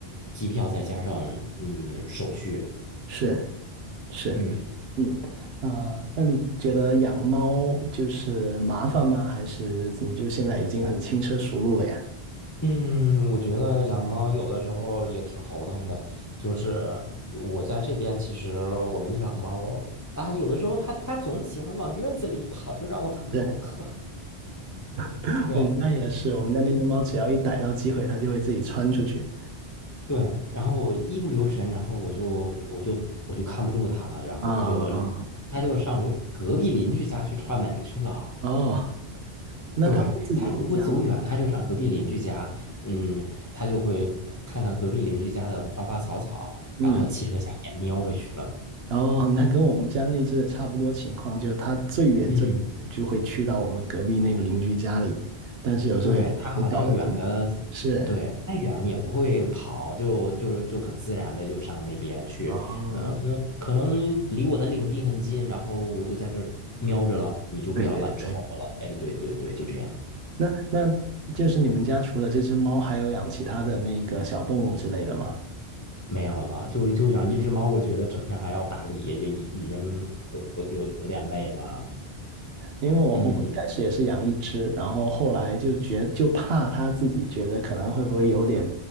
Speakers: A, on the left; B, on the right.
A: 机票再加上嗯手续，
B: 是是。
A: 嗯，
B: 嗯，啊，那你觉得养猫就是麻烦吗？还是你就现在已经很轻车熟路了呀？
A: 嗯，我觉得养猫有的时候也挺头疼的，就是我在这边，其实我们养猫啊，有的时候它它总喜欢往院子里跑，就让我很头疼。
B: 对，<laughs>
A: 对
B: 我们家也是，我们家那只猫只要一逮到机会，它就会自己窜出去。
A: 对，然后我一不留神，然后我就我就我就看不住它了，然后它就
B: 啊啊啊，
A: 它就上隔壁邻居家去串门去了。
B: 哦，那它会自己回家吗？
A: 对，它又不会走远，它就上隔壁邻居家，嗯，它就会看看隔壁邻居家的花花草草，
B: 嗯，
A: 然后汽车下面瞄着去了。
B: 哦，那跟我们家那只也差不多情况，就是它最远最远就会去到我们隔壁那个邻居家里，
A: 嗯，
B: 但是有时候也也搞得挺，
A: 对，它好像远的，
B: 是，
A: 对，再远也不会跑，就就就很自然的就上那边去。
B: 哦，
A: 嗯，可能离我的领地很近，然后我就在这儿瞄着了，你就不要来吵我了。
B: 对对对，
A: 哎，对对对，就这样，
B: 那那就是你们家除了这只猫，还有养其他的那个小动物之类的吗？
A: 没有了，就就养一只猫，我觉得整天还要打理，也也已已经有有有有点累了。
B: 因为我我们一开始也是养一只，
A: 嗯
B: 然后后来就觉就怕它自己觉得可能会不会有点